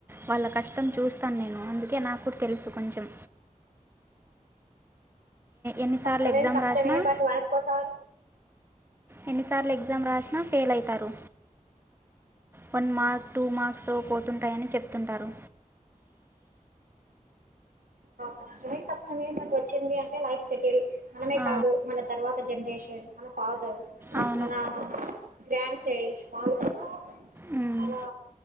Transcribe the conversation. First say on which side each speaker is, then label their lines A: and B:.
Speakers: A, on the right; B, on the right.
A: వాళ్ళ కష్టం చూస్తాను నేను అందుకే నాకు కూడా తెలుసు కొంచం. ఎన్నిసార్లు
B: కష్టమే
A: ఎగ్జామ్
B: కష్టమే
A: రాసినా
B: బట్ వర్క్ కోసం.
A: ఎన్నిసార్లు ఎగ్జామ్ రాసినా ఫెయిల్ అవుతారు. వన్
B: ఆ
A: మార్క్ టూ మార్క్ స్ తో పో. తుంటాయని చెప్తుంటారు.
B: కష్టమే కష్టమే నాకు వచ్చింది. Life settle. మనమే
A: ఆ,
B: కాదు మన తర్వాత జనరేషన్. మలా పా.
A: అవును
B: మన. గ్రాండ్ ఛేజ్ వాళ్ళు కూడా.
A: ఉమ్,
B: చాలా.